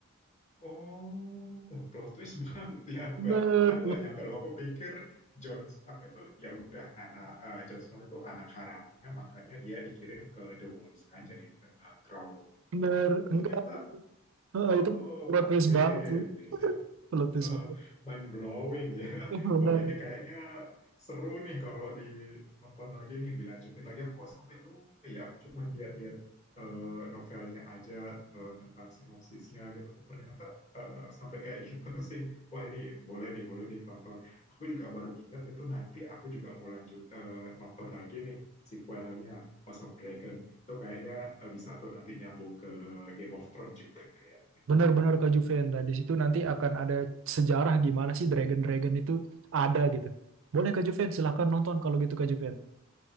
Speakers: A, on the left; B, on the right.
A: Oh, uh, plot twist <laughs> banget ya. Aku
B: Bener,
A: nggak, aku nggak nyangka loh. Aku pikir Jon Stark itu ya udah anak eh, Jon Snow itu anak harapnya, makanya dia dikirim ke The Walls kan jadi eh, Crow.
B: bener.
A: Oh,
B: Enggak.
A: ternyata.
B: Ah,
A: Oh,
B: itu plot twist
A: oke.
B: banget
A: <laughs>
B: tuh. Plot twist
A: <laughs>
B: banget.
A: Mind blowing ya.
B: <laughs> Bener.
A: Wah, ini kayaknya seru nih kalau ditonton lagi nih, dilanjutin lagi. Aku kok sampai lupa ya, aku cuman lihat-lihat eh, novelnya aja eh, tentang sinopsisnya gitu. Ternyata eh, sampai kayak gitu sih. Wah, ini boleh nih, boleh nih ditonton. Aku juga baru ingat itu nanti aku juga mau lanjut eh, nonton lagi nih sequelnya House of Dragon. Itu kayaknya eh, bisa tuh nanti nyambung ke Game of Thrones juga kayaknya.
B: Benar-benar Kak Juvenda. Di situ nanti akan ada sejarah gimana sih Dragon-Dragon itu ada gitu. Boleh Kak Juven, silahkan nonton kalau gitu Kak Juven.